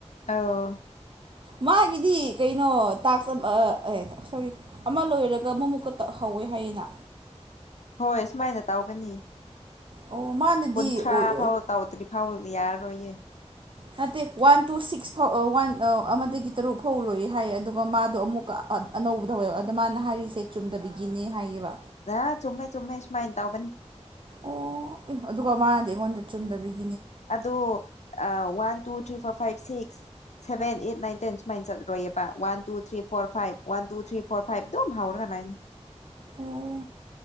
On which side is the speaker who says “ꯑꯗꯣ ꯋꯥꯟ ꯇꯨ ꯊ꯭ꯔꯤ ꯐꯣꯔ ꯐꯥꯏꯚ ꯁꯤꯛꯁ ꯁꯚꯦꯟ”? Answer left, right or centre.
Left